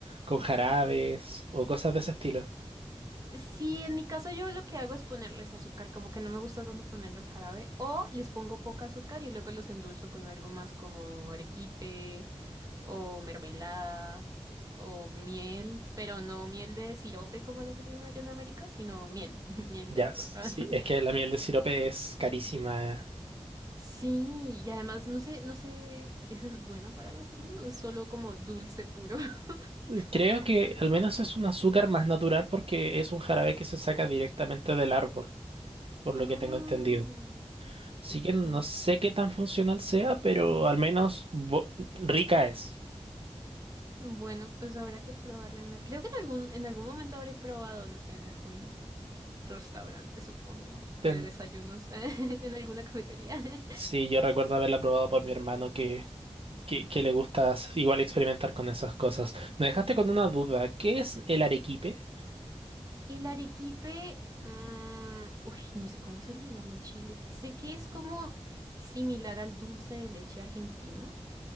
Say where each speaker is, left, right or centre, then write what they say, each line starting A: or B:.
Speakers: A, on the right; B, on the right.
A: con jarabes o cosas de ese estilo.
B: Sí, en mi caso yo lo que hago es ponerles azúcar, como que no me gusta tanto ponerles jarabe, o les pongo poca azúcar y luego los endulzo con algo más como arequipe o mermelada o miel, pero no miel de sirope como la que tienen allá en América, sino miel, <laughs> miel
A: Ya,
B: de verdad.
A: s-
B: <laughs>
A: sí, es que la miel de sirope es carísima.
B: Sí, y además no sé, no sé, ¿eso es bueno para la salud o es solo como dulce puro? <laughs>
A: Creo que al menos es un azúcar más natural porque es un jarabe que se saca directamente del árbol, por lo
B: Ah,
A: que tengo entendido. Así
B: ok.
A: que no sé qué tan funcional sea, pero al menos bo- rica es.
B: Bueno, pues habrá que probarla en al- Creo que en algún, en algún momento habré probado, no sé, en algún restaurante, supongo, de
A: Ten-
B: desayunos, <laughs> en alguna cafetería. <laughs>
A: sí, yo recuerdo haberla probado por mi hermano que, que, que le gusta as- igual experimentar con esas cosas. Me dejaste con una duda. ¿Qué es el arequipe?
B: El arequipe, mm, uy, no sé cómo se le llama en Chile. Sé que es como similar al dulce de leche argentino,